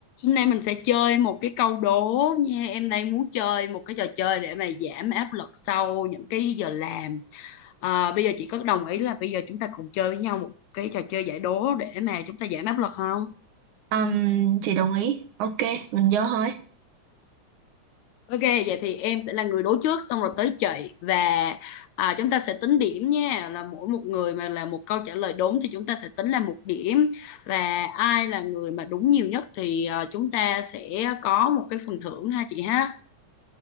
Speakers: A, on the left; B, on the right.
A: Hôm nay mình sẽ chơi một cái câu đố nha. Em đang muốn chơi một cái trò chơi để mà giảm áp lực sau những cái giờ làm. À, bây giờ chị có đồng ý là bây giờ chúng ta cùng chơi với nhau một cái trò chơi giải đố để mà chúng ta giảm áp lực không?
B: Ừm, chị đồng ý. Ok, mình vô thôi.
A: Ok, vậy thì em sẽ là người đố trước xong rồi tới chị và à, chúng ta sẽ tính điểm nha. Là mỗi một người mà là một câu trả lời đúng thì chúng ta sẽ tính là một điểm và ai là người mà đúng nhiều nhất thì à, chúng ta sẽ có một cái phần thưởng ha chị ha.